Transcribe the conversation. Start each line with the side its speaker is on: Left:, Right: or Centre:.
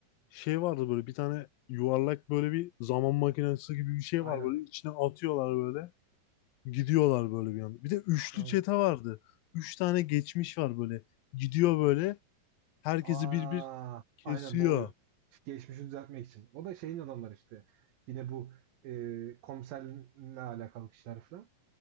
Left: şey vardı böyle bir tane yuvarlak böyle bir zaman makinesi gibi bir şey
Right: Aynen.
Left: var böyle içine atıyorlar böyle. Gidiyorlar böyle bir anda. Bir de üçlü
Right: Aynen.
Left: çete vardı. Üç tane geçmiş var böyle. Gidiyor böyle. Herkesi
Right: Aa,
Left: bir bir kesiyor.
Right: aynen boğuyor. Geçmişi düzeltmek için. O da şeyin adamları işte. Yine bu e, komiserle alakalı kişiler falan.